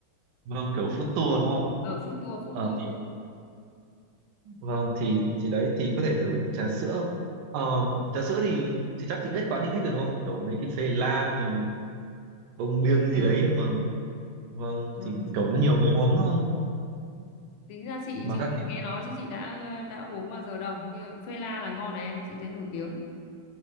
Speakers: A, on the right; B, on the left.
A: vâng kiểu food tour đúng không ạ?
B: Ờ, food tour food
A: Ờ
B: tour
A: thì vâng thì thì đấy thì có thể thử trà sữa. Ờm, trà sữa thì thì chắc chị biết quán chị thích rồi đúng không? Kiểu mấy cái phê la xong rồi bông biêng gì
B: à
A: đấy mà vâng
B: ờ,
A: thì
B: chị,
A: kiểu nó
B: chị
A: nhiều người uống đúng không?
B: tính ra chị
A: Mà
B: chị
A: các
B: chỉ nghe nói chứ chị đã đã uống bao giờ đâu. Như phê la là ngon này em, chị thấy nổi tiếng.